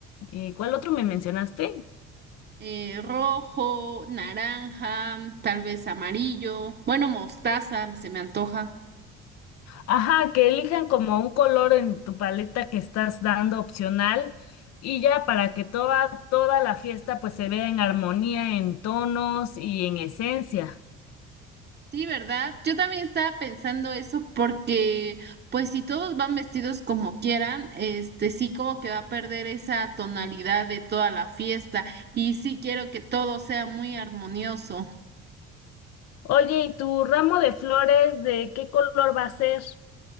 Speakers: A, on the left; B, on the right.
A: Eh, ¿cuál otro me mencionaste?
B: Eh, rojo, naranja, tal vez amarillo, bueno, mostaza, se me antoja.
A: Ajá, que elijan como un color en tu paleta que estás dando opcional y ya para que toda, toda la fiesta pues se vea en armonía, en tonos y en esencia.
B: Sí, ¿verdad? Yo también estaba pensando eso porque, pues, si todos van vestidos como quieran, este sí como que va a perder esa tonalidad de toda la fiesta y sí quiero que todo sea muy armonioso.
A: Oye, ¿y tu ramo de flores de qué color va a ser?